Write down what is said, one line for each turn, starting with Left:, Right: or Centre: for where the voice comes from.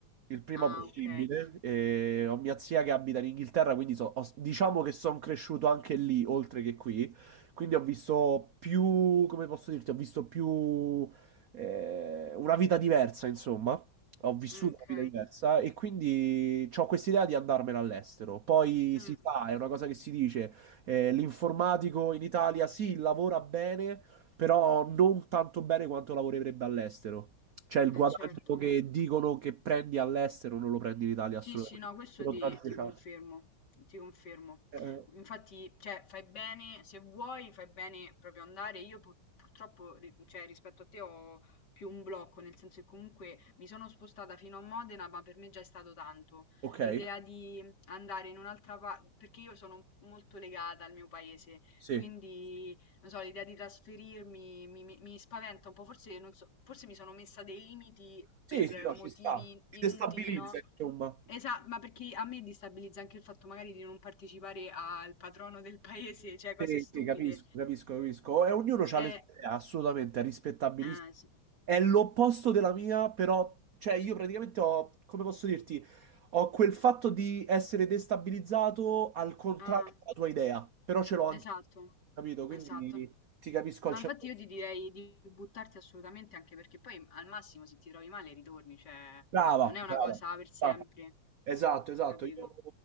Right: il prima
Left: Ah,
Right: possibile.
Left: ok,
Right: e ho mia zia che abita in Inghilterra, quindi so- ho- diciamo che sono cresciuto anche lì, oltre che qui, quindi ho visto più, come posso dirti, ho visto più eh, una vita diversa, insomma ho vissuto
Left: Mm, ok,
Right: una vita diversa e quindi ho quest'idea di andarmene all'estero. Poi
Left: mm,
Right: si sa, è una cosa che si dice, eh, l'informatico in Italia sì, lavora bene, però non tanto bene quanto lavorerebbe all'estero. Cioè il
Left: eh,
Right: guadagno
Left: certo.
Right: che dicono che prendi all'estero non lo prendi in Italia
Left: Sì,
Right: assolutamente.
Left: sì, no, questo
Right: Però
Left: ti,
Right: tra dieci
Left: ti confermo,
Right: anni-
Left: ti confermo.
Right: eh,
Left: Infatti, cioè, fai bene, se vuoi, fai bene proprio andare. Io pur- purtroppo, ri- cioè, rispetto a te ho più un blocco, nel senso che comunque mi sono spostata fino a Modena, ma per me già è stato tanto.
Right: ok,
Left: L'idea di andare in un'altra parte, perché io sono molto legata al mio paese,
Right: sì.
Left: quindi, non so, l'idea di trasferirmi mi, mi- mi spaventa un po', forse, non so, forse mi sono messa dei limiti
Right: Sì,
Left: per
Right: sì, no,
Left: motivi
Right: ci sta. Ti
Left: inutili,
Right: destabilizza,
Left: no?
Right: insomma.
Left: Esatto, ma perché a me destabilizza anche il fatto magari di non partecipare al patrono del paese, cioè cose
Right: Sì,
Left: stupide.
Right: sì, capisco, capisco, capisco. E ognuno ha
Left: Eh,
Right: le sue idee, assolutamente, è rispettabilissimo.
Left: ah, es-
Right: È l'opposto della mia, però, cioè io praticamente ho, come posso dirti, ho quel fatto di essere destabilizzato al contrario
Left: ah,
Right: della tua idea, però ce l'ho anche,
Left: esatto,
Right: capito? Quindi
Left: esatto.
Right: ti capisco
Left: No,
Right: al 100%.
Left: infatti io ti direi di buttarti assolutamente anche perché poi al massimo se ti trovi male ritorni, cioè
Right: Brava,
Left: non è una
Right: brava.
Left: cosa per sempre,
Right: Ah, Esatto, esatto.
Left: capito?
Right: Io